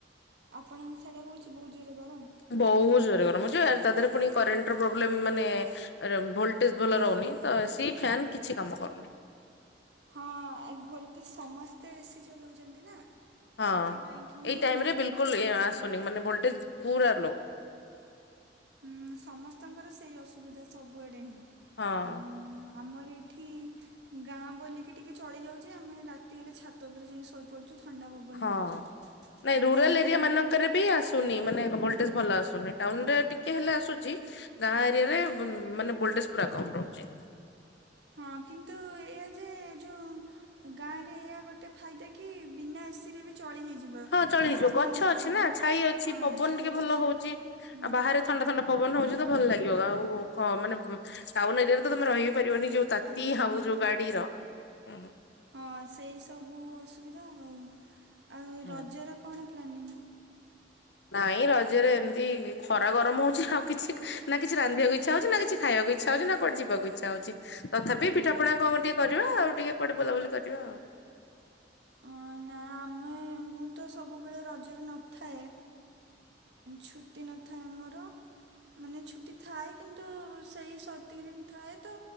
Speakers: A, on the right; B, on the left.
A: ଆପଣଙ୍କ ସିଆଡେ ହଉଛି ବହୁତ୍ ଜୋର ରେ ଗରମ।
B: ବହୁତ୍ ଜୋରରେ ଗରମ ହଉଛି ତା ଦେରେ ପୁଣି କରେଣ୍ଟ୍ ପ୍ରୋବ୍ଲେମ୍ ମାନେ। ଭୋଲଟେଜ୍ ଭଲ ରହୁନି ତ ଏସି ଫ୍ୟନ୍ କିଛି କାମ କରୁନି।
A: ହଁ ଏ ଭୋଲଟେଜ୍ ସମସ୍ତେ ଏସି ଚଲାଉଛନ୍ତି ନା।
B: ହଁ
A: ସେଥିପାଇଁକି ହିଁ
B: ଏଇ ଟାଇମ୍ ରେ ବିଲକୁଲ ଆସୁନି ମାନେ ଭୋଲ୍ଟେଜ୍ ପୁରା ଲୋଓ।
A: ହୁଁ ସମସ୍ତଙ୍କର ସେଇ ଅସୁବିଧା ସବୁଆଡ଼େ ହିଁ
B: ହଁ
A: ଆଉ ଆମର ଏଠି ଗାଁ ବୋଲିକି ଟିକେ ଚଳିଯାଉଛି ଆମେ ରାତି ହେଲେ ଛାତ ଉପରେ ଯାଇ ଶୋଇ। ପଡ଼ୁଛୁ ଥଣ୍ଡା ପବନ
B: ହଁ।
A: ଦଉଛି
B: ନାଇଁ
A: ଆଉ
B: ରୁରାଲ
A: ଯେଉଁମାନେ।
B: ଏରିଆ ମାନଙ୍କରେ ବି ଆସୁନି ମାନେ ଭୋଲ୍ଟେଜ୍ ଭଲ ଆସୁନି ଟାଉନ୍ ରେ ଟିକେ ହେଲେ ଆସୁଛି। ଗାଁ ଏରିଆ ରେ ମାନେ ଭୋଲ୍ଟେଜ୍ ପୁରା କମ୍ ରହୁଛି।
A: ହଁ କିନ୍ତୁ ଏଇଆ ଯେ ଯୋଉଁ ଗାଁରେ ଏଇଆ ଗୋଟେ ଫାଇଦା କି ବିନା ଏସିରେ ବି। ଚଳି ହେଇଯିବ
B: ହଁ ଚଳିଯିବ
A: ବାହାରେ
B: ଗଛ
A: ଯାଇ
B: ଅଛି
A: ହଁ
B: ନା ଛାଇ ଅଛି
A: ହଁ
B: ପବନ
A: ଛାଇ
B: ଟିକେ ଭଲ
A: ଅଛି।
B: ହଉଛି।
A: ହୁଁ
B: ଆଉ ବାହାରେ ଥଣ୍ଡା ଥଣ୍ଡା ପବନ ହଉଛି ତ ଭଲ ଲାଗିବ ଆଉ ମାନେ ଟାଉନ୍ ଏରିଆରେ ତମେ ରହିିବି ପାରିବନି ଯୋଉ। ତାତି
A: ପାରିବନି
B: ହାଉ
A: ହଁ
B: ଯୋଉଗାଡିର ହୁଁ।
A: ହଁ ସେଇ ସବୁ ଅସୁବିଧା ଆଉ ଆଉ
B: ହଁ।
A: ରଜର କଣ ପ୍ଲାନିଂ।
B: ନାଇଁ ରଜରେ ଏମିତି ଖରା ଗରମ ହଉଛି ଆଉ କିଛି ନା କିଛି ରାନ୍ଧିବାକୁ ଇଚ୍ଛା ହଉଛି ନା କିଛି ଖାଇବାକୁ ଇ। ଇଚ୍ଛା ହଉଛି ନା କଆଡେ ଯିବାକୁ ଇଚ୍ଛା ହଉଛି ତଥାପି ପିଠା ପଣା କଣ ଟିକେ କରିବା ଆଉ ଟିକେ କୁଆଡେ ବଲାୁବୁଲି କରିବା ଆଉ।
A: ହଁ ନା ଆମେ। ମୁଁ ତ ସବୁବେଳେ ରଜରେ ନଥାଏ ଛୁଟି ନଥାଏ ମୋର। ମାନେ ଛୁଟି ଥାଏ କିନ୍ତୁ ସେଇ ସତିକି ଦିନି ଥାଏ ତ।